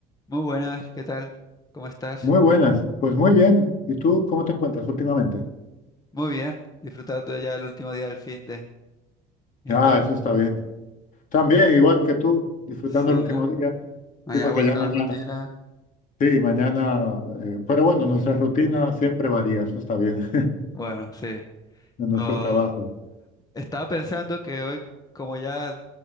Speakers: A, on the left; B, on the left.
A: Muy buenas, ¿qué tal? ¿Cómo estás?
B: Muy buenas, pues muy bien. ¿Y tú cómo te encuentras últimamente?
A: Muy bien, disfrutando ya el último día del fin de... ¿Y
B: Ah,
A: tú?
B: eso está bien. También, igual que tú, disfrutando
A: Sí,
B: el último
A: ¿no?
B: día.
A: Mañana
B: Sí, porque
A: vuelta
B: ya mañana.
A: a la rutina.
B: Sí, mañana. eh, pero bueno, nuestra rutina siempre varía, eso está bien, <laughs>
A: Bueno, sí.
B: en
A: Yo
B: nuestros trabajos.
A: estaba pensando que hoy, como ya